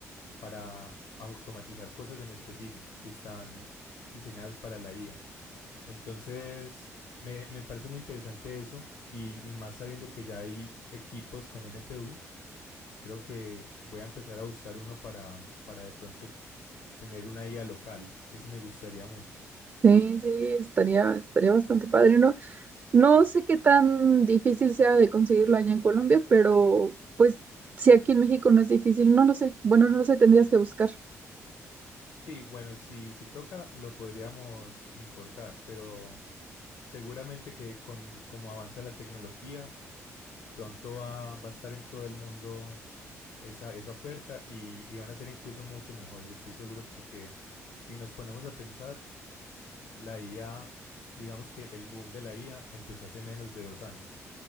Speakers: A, on the left; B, on the right.
A: para automatizar cosas en específico que están diseñadas para la IA. Entonces, me, me parece muy interesante eso y, y más sabiendo que ya hay equipos con NPUs, creo que voy a empezar a buscar uno para, para de pronto tener una IA local. Eso me gustaría mucho.
B: Sí, sí, estaría, estaría bastante padre, ¿no? No sé qué tan difícil sea de conseguirlo allá en Colombia, pero pues si aquí en México no es difícil, no lo sé. Bueno, no lo sé, tendrías que buscar.
A: Sí, bueno, si, si toca lo podríamos importar, pero seguramente que con como avanza la tecnología, pronto va, va a estar en todo el mundo esa, esa oferta y, y van a ser incluso mucho mejores, estoy seguro, porque si nos ponemos a pensar, la IA, digamos que el boom de la IA empezó hace menos de dos años